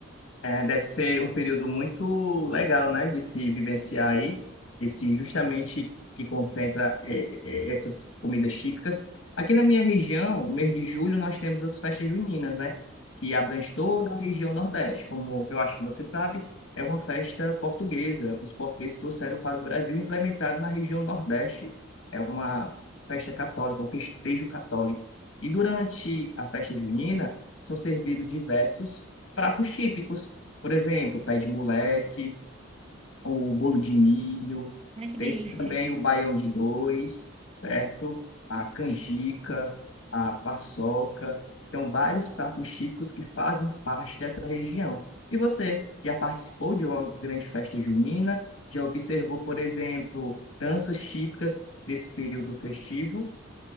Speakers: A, on the left; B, on the right.
A: É, deve ser um período muito legal, né, de se vivenciar aí, esse justamente que concentra é, é, essas comidas típicas. Aqui na minha região, no mês de julho, nós temos as festas juninas, né, que abrange toda a região Nordeste. Como eu acho que você sabe, é uma festa portuguesa. Os portugueses trouxeram para o Brasil e implementaram na região Nordeste. É uma festa católica, um festejo católico. E durante a festa junina, são servidos diversos pratos típicos por exemplo, pé de moleque, o bolo de milho,
B: Ai, que
A: tem
B: delícia.
A: também o baião de dois, certo? A canjica, a paçoca. Então, vários pratos típicos que fazem parte dessa região. E você já participou de uma grande festa junina? Já observou, por exemplo, danças típicas desse período festivo?